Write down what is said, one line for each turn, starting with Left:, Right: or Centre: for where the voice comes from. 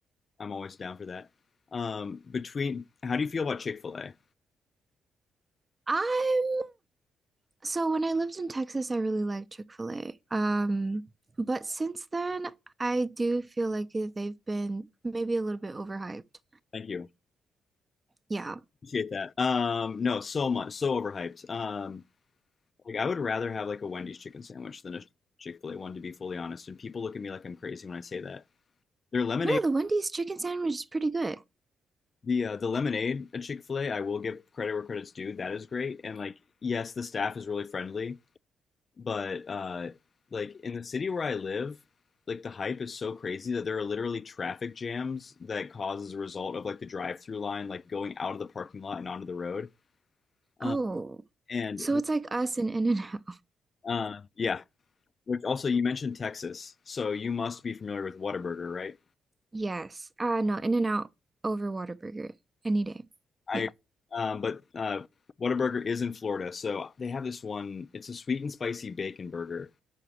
Left: I'm always down for that. Um, between, how do you feel about Chick-fil-A?
Right: I'm so when I lived in Texas, I really liked Chick-fil-A. Um, but since then, I do feel like they've been maybe a little bit overhyped.
Left: Thank you.
Right: Yeah.
Left: Appreciate that. Um, no, so much, so overhyped. Um, like I would rather have like a Wendy's chicken sandwich than a Chick-fil-A one, to be fully honest. And people look at me like I'm crazy when I say that. Their lemonade
Right: No, the Wendy's chicken sandwich is pretty good.
Left: The uh, the lemonade at Chick-fil-A, I will give credit where credit's due. That is great. And like, yes, the staff is really friendly, but uh like in the city where I live, like the hype is so crazy that there are literally traffic jams that cause as a result of like the drive-through line like going out of the parking lot and onto the road. Uh,
Right: Oh,
Left: and
Right: so it's like us and in and out
Left: uh yeah, which also you mentioned Texas, so you must be familiar with Whataburger, right?
Right: <laughs> Yes. Uh no, in and out over Whataburger any day.
Left: I
Right: Yeah.
Left: um but uh Whataburger is in Florida, so they have this one, it's a sweet and spicy bacon burger